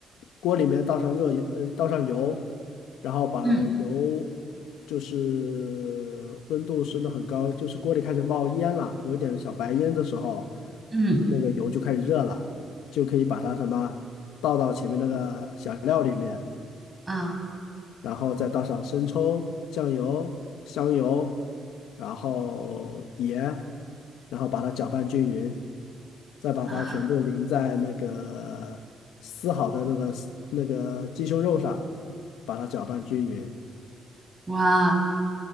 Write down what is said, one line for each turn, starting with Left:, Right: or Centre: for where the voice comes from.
Left: 锅里面倒上热油，呃，倒上油，然后把油
Right: 嗯
Left: 就是温度升得很高，就是锅里开始冒烟了，有点小白烟的时候，
Right: 嗯
Left: 那个油就开始热了，就可以把它什么倒到前面那个小料里面。
Right: 啊
Left: 然后再倒上生抽、酱油、香油，然后盐，然后把它搅拌均匀，再把它全部淋在那个撕好的那个那个鸡胸肉上，
Right: 啊。
Left: 把它搅拌均匀。
Right: 哇，